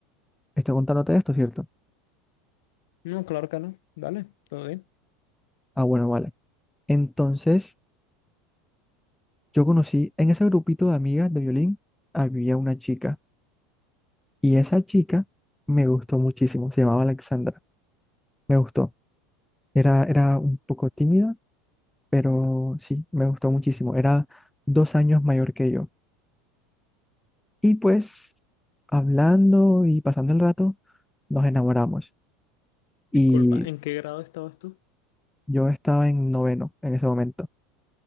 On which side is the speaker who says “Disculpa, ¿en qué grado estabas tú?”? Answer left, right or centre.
Left